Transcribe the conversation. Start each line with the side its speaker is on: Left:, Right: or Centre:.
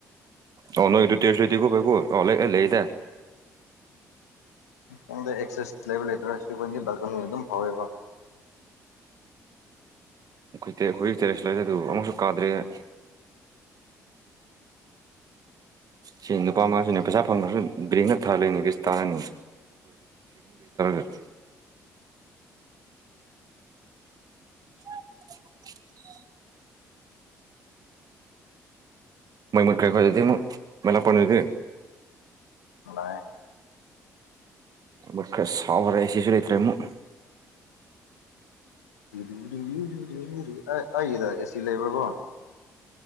Right: ꯑꯣ ꯅꯣꯏ ꯑꯗꯨ ꯇꯦꯔꯦꯁ ꯂꯩꯇꯦꯀꯣ ꯕꯥꯏꯒꯨ ꯑꯣ ꯂꯩ ꯂꯩꯑꯦꯗꯥꯏ
Left: ꯈꯪꯗꯦ ꯑꯦꯛꯆꯦꯁ ꯂꯩꯕ ꯂꯩꯇ꯭ꯔ ꯁꯤ ꯈꯨꯟꯒꯤ ꯕꯥꯜꯀꯣꯅꯤꯗ ꯑꯗꯨꯝ ꯐꯧꯋꯦꯕ
Right: ꯑꯩꯈꯣꯏ ꯇꯔꯦꯠ ꯑꯈꯣꯏꯒꯤ ꯇꯦꯔꯦꯁ ꯂꯩꯔꯦ ꯑꯗꯨ ꯑꯃꯨꯛꯁꯨ ꯀꯥꯗ꯭ꯔꯤ ꯑꯩ ꯁꯤ ꯅꯨꯄꯥ ꯃꯥꯁꯤꯅꯦ ꯄꯩꯁꯥ ꯐꯪꯉꯁꯨ ꯕꯦꯡꯅ ꯊꯥꯔꯅꯤ ꯀꯤꯁ ꯇꯥꯔꯅꯤ <unintelligible> <inaudible> ꯃꯩ ꯃꯨꯠꯈ꯭ꯔꯦ ꯈꯣꯏꯗꯗꯤ ꯑꯃꯨꯛ ꯃꯩ ꯂꯥꯛꯄ꯭ꯔꯥ ꯅꯣꯏꯗꯤ
Left: ꯂꯥꯛꯑꯦ
Right: ꯃꯨꯠꯈ꯭ꯔꯦ ꯁꯥꯕꯔꯦ ꯑꯦꯁꯤꯁꯨ ꯂꯩꯇ꯭ꯔꯦ ꯑꯃꯨꯛ
Left: <unintelligible> ꯑꯩ ꯑꯩꯒꯤꯗ ꯑꯦꯁꯤ ꯂꯩꯕ꯭ꯔꯕꯣ